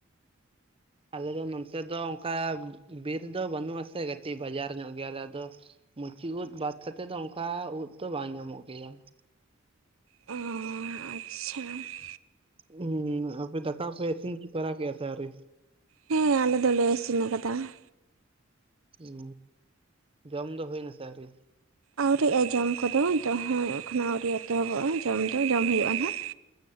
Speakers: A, on the right; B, on the right.
A: ᱟᱞᱮ ᱫᱚ ᱱᱚᱱᱛᱮ ᱫᱚ ᱚᱱᱠᱟ ᱵᱤᱨ ᱫᱚ ᱵᱟᱹᱱᱩᱜᱼᱟ ᱥᱮ ᱠᱟᱹᱴᱤᱡ ᱵᱟᱡᱟᱨ ᱧᱚᱜ ᱜᱮᱭᱟ ᱟᱞᱮ ᱟᱫᱚ ᱢᱩᱪᱤ ᱩᱫ ᱵᱟᱫᱽ ᱠᱟᱛᱮᱫ ᱫᱚ ᱚᱱᱠᱟ ᱩᱫ ᱛᱚ ᱵᱟᱝ ᱧᱟᱢᱚᱜ ᱜᱮᱭᱟ ᱾
B: ᱚᱸᱻ ᱟᱪᱪᱷᱟ ᱾
A: ᱦᱩᱸ ᱟᱯᱮ ᱫᱟᱠᱟ ᱩᱛᱩ ᱯᱮ ᱤᱥᱤᱱ ᱵᱟᱨᱟ ᱠᱮᱫᱟ ᱥᱮ ᱟᱹᱣᱨᱤ?
B: ᱦᱮᱸ ᱟᱞᱮ ᱫᱚᱞᱮ ᱤᱥᱤᱱ ᱟᱠᱟᱫᱟ ᱾
A: ᱚ ᱡᱚᱢ ᱫᱚ ᱦᱩᱭ ᱱᱟᱥᱮ ᱟᱣᱨᱤ?
B: ᱟᱹᱣᱨᱤᱜᱼᱟ ᱡᱚᱢ ᱠᱚᱫᱚ ᱛᱚ ᱦᱮᱸ ᱮᱠᱷᱳᱱᱳ ᱟᱹᱣᱨᱤ ᱮᱛᱚᱦᱚᱵᱚᱜᱼᱟ ᱡᱚᱢ ᱫᱚ ᱡᱚᱢ ᱦᱩᱭᱩᱜᱼᱟ ᱱᱟᱦᱟᱜ ᱾